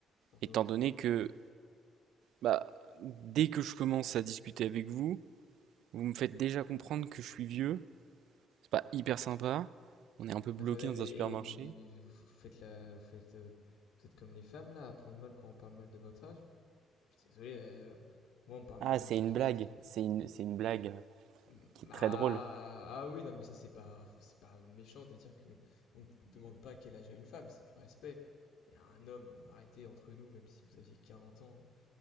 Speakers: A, on the left; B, on the right.
A: Pourquoi?
B: étant donné que bah, dès que je commence à discuter avec vous, vous me faites déjà comprendre que je suis vieux. C'est pas hyper sympa. On est un peu bloqué
A: Attendez,
B: dans
A: mais,
B: un supermarché.
A: mais, mais- mais vous vous faites la, vous faites, euh, vous êtes comme les femmes là, à prendre mal quand on parle mal de votre âge. Je suis désolé, euh, moi on parle,
B: Ah,
A: on
B: c'est
A: dit,
B: une
A: que-
B: blague.
A: on dit,
B: C'est une, c'est une blague euh,
A: mm,
B: qui est
A: ah,
B: très drôle.
A: ah ah oui, non mais ça c'est pas, enfin c'est pas méchant de dire que on ne demande pas quel âge a une femme, c'est du respect. Mais à un homme, euh, arrêtez entre nous, même si vous aviez 40 ans,